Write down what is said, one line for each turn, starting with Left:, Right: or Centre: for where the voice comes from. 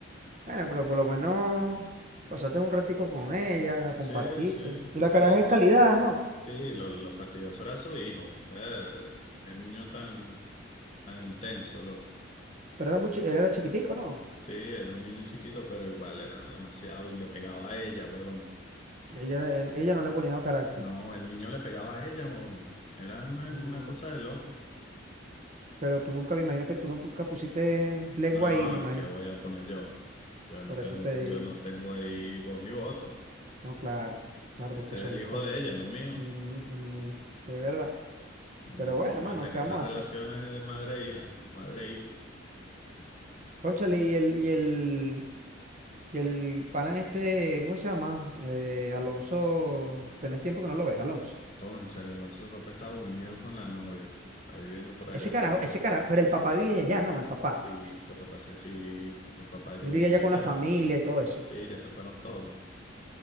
Right: Bueno, pero por lo menos pasaste un ratico con ella, compartiste.
Left: Sí, sí,
Right: Y la
Left: lo
Right: caraja
Left: que-
Right: es calidad, ¿no?
Left: sí, lo, lo fastidioso era su hijo. Ver, qué niño tan, tan intenso, loco.
Right: Pero era mucho, él era chiquitico, ¿no?
Left: Sí, era un niño chiquito, pero igual era demasiado y le pegaba a ella, huevón.
Right: Ella, era- él- ella no le ponía carácter.
Left: No, el niño le pegaba a ella, huevón. Era una,
Right: No.
Left: una cosa de loco.
Right: Pero tú nunca, me imagino que tú nunca pusiste lengua
Left: No,
Right: ahí, me imagino.
Left: ¿y qué voy a poner yo? Yo no
Right: Por
Left: tengo,
Right: eso te...
Left: yo no tengo ahí voz ni voto.
Right: No, claro. Claro,
Left: Ese
Right: porque son
Left: es el hijo
Right: cosas...
Left: de ella, no mío.
Right: Ujú, ujú. Sí, es verdad.
Left: Yo
Right: Pero
Left: no me
Right: bueno,
Left: puedo meter
Right: mano, ¿qué
Left: en esas
Right: vamos a
Left: relaciones
Right: hacer?
Left: de madre e hija, madre e hijo.
Right: Cónchale, y el, y el, y el pana este, ¿cómo se llama? Eh, Alonso, tenés tiempo que no lo ves, Alonso.
Left: Cónchale, Alonso se fue para Estados Unidos con la novia. Está viviendo por allá
Right: Ese carajo,
Left: también.
Right: ese carajo, pero el papá vive allá, no, el papá.
Left: Y lo que pasa es si el papá ya
Right: Él
Left: vivía
Right: vive allá con
Left: allá.
Right: la familia y todo eso.
Left: Sí, ya se fueron todos.